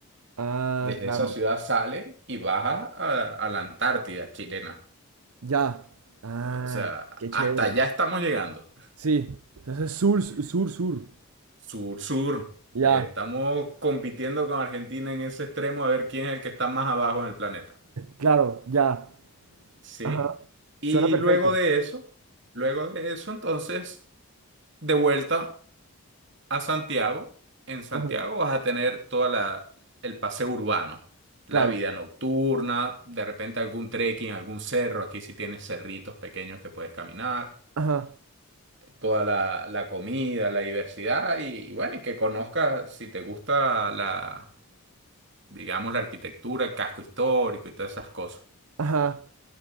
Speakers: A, on the right (about 75°); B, on the right (about 55°).
A: Ah,
B: desde
A: claro.
B: esa ciudad salen y baja a, a la Antártida chilena.
A: Ya. Ah,
B: O sea,
A: qué chévere.
B: hasta allá estamos llegando.
A: Sí. entonces es sur, sur, sur.
B: Sur, sur.
A: Ya.
B: Eh, estamos compitiendo con Argentina en ese extremo a ver quién es el que está más abajo en el planeta.
A: Claro, ya.
B: ¿Sí?
A: Ajá.
B: Y
A: Suena perfecto.
B: luego de eso, luego de eso, entonces, de vuelta a Santiago. En Santiago
A: Ajá.
B: vas a tener toda la, el paseo urbano, la
A: Claro.
B: vida nocturna, de repente algún trekking, algún cerro. Aquí sí tienes cerritos pequeños que puedes caminar
A: Ajá.
B: toda la, la comida, la diversidad y, y bueno, y que conozcas si te gusta la, digamos, la arquitectura, el casco histórico y todas esas cosas.
A: Ajá.